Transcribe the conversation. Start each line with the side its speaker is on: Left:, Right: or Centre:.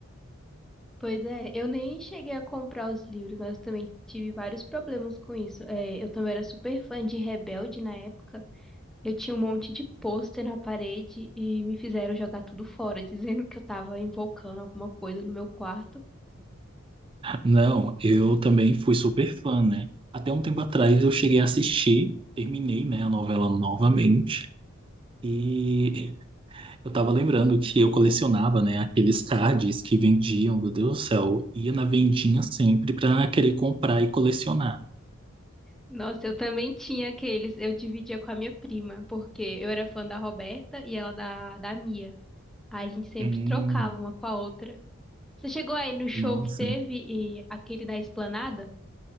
Centre: Pois é, eu nem cheguei a comprar os livros, mas eu também tive vários problemas com isso. É, eu também era super fã de Rebelde na época. Eu tinha um monte de pôster na parede e me fizeram jogar tudo fora, <laughs> dizendo que eu tava invocando alguma coisa no meu quarto.
Right: Não, eu também fui super fã, né? Até um tempo atrás eu cheguei a assistir, terminei, né, a novela novamente. E eu tava lembrando que eu colecionava, né, aqueles cards que vendiam, meu Deus do céu. Ia na vendinha sempre pra querer comprar e colecionar.
Centre: Nossa, eu também tinha aqueles. Eu dividia com a minha prima, porque eu era fã da Roberta e ela da, da Mia. Aí a gente sempre
Right: Hum,
Centre: trocava uma com a outra. Você chegou aí no show
Right: nossa.
Centre: que teve e aquele da Esplanada?